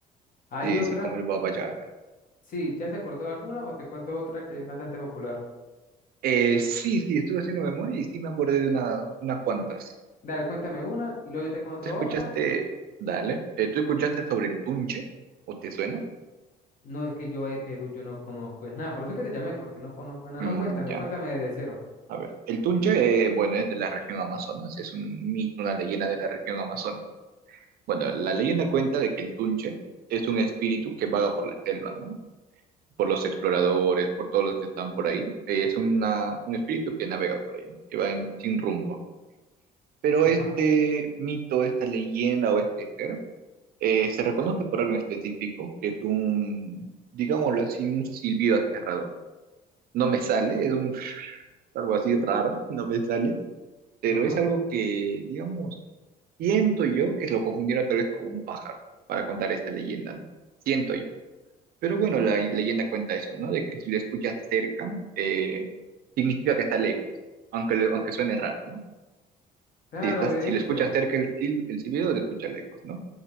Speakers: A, on the left; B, on the right.
A: Hay
B: Sí,
A: otra.
B: sí, como el Baba Yaga.
A: Sí, ¿ya se acordó de alguna o te cuento otra que es bastante popular?
B: Eh, sí, sí, estuve haciendo memoria y sí me acordé de una, unas cuantas.
A: Dale, cuéntame una y luego yo te cuento
B: ¿Tú escuchaste,
A: otra.
B: dale, eh, tú escuchaste sobre el Tunche? ¿O te suena?
A: No es que yo de Perú, yo no conozco es nada, por eso es que te llamé, porque no conozco nada. No,
B: Mm,
A: cuéntame,
B: ya,
A: cuéntame de cero.
B: a ver. El Tunche, eh, bueno, es de la región Amazonas, es un mito, una leyenda de la región Amazonas. Bueno, la leyenda cuenta de que el Tunche es un espíritu que vaga por la selva, ¿no? Por los exploradores, por todos los que están por ahí. Eh, Es una, un espíritu que navega por ahí, ¿no? que va en- sin rumbo. Pero
A: Ajá,
B: este mito, esta leyenda o este ser, eh, se reconoce por algo en específico, que es un, digámoslo así, un silbido aterrador. No me sale, es un, <laughs> algo así raro, <laughs> no me sale, pero
A: ajá.
B: es algo que, digamos, siento yo que lo confundieron tal vez con un pájaro para contar esta leyenda, ¿no? Siento yo. Pero bueno, la leyenda cuenta eso, ¿no? De que si lo escuchas cerca, eh, significa que está lejos, aunque, lo- aunque suene raro, ¿no?
A: Claro,
B: Si, estás,
A: de
B: si
A: hecho,
B: lo escuchas cerca el, sil- el silbido, lo escuchas lejos, ¿no?